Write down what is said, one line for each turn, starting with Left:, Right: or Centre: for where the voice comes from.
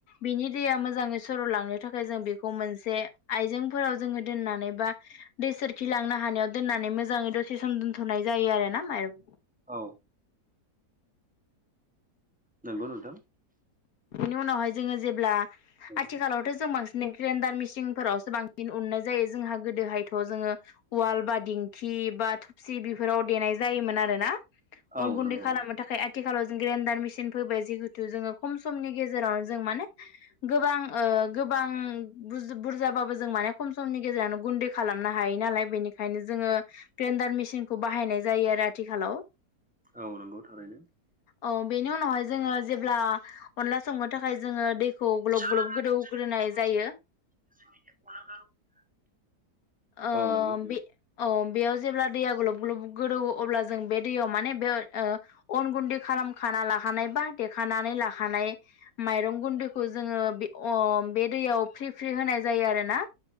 Left: बिनि दैया मोजाङै सर'लांनो थाखाय जों बेखौ मोनसे आइजेंफोराव जोङो दोननानै बा दैसोर खिलांनो हानायाव दोननानै मोजाङै दसे सम दोनथनाय जायो आरो ना माइरं
Centre: औ नोंगौ नोंथां।
Left: नि उनावहाय जोङो जेब्ला
Centre: औ
Left: आथिखालावथ जों बांस ने ग्रेन्डार मेसिंनफोरावसो बांसिन उननाय जायो जोंहा गोदोहायथ' जोङो उवाल बा दिंखि इ बा थफसि बिफोराव देनाय जायोमोन आरोना।
Centre: औ
Left: अन गुन्दै
Centre: नंगौ
Left: खालामनो थाखाय आथिखालाव जों ग्रेडार मिसिन फैबाय जिहेतु जोङो खम समनि गेजेराव जों माने गोबां ओ गोबां बुज बुरजाबाबो जों मा माने खम समनि गेजेरावनो गुन्दै खालामनो हायो नालाय बेनिखायनो जोङो ग्रेन्डार मेसिनखौ बाहायनाय जाय यो आरो आथिखालाव।
Centre: औ नोंगौ थारैनो।
Left: औ बेनि उनावहाय जोङो जेब्ला अनला संनो थाखाय जोङो दैखौ ग्लब
Centre: जानाङा
Left: ग्लब गोदौग्रोनाय
Centre: जों जोंनि बर' समाजाव
Left: जायो।
Centre: <inaudible>
Left: ओ
Centre: औ नंगौ
Left: बे अ बेयाव जेब्ला दैया ग्लब ग्लब गोदौवो अब्ला जों बे दैयाव माने बे ओ अन गुन्दै खालामखाना ला खानाय बा देखानानै ला खानाय माइरं गुन्दैखौ जोङो बे अ बे दैयाव फ्रि फ्रि होनाय जायो आरोना।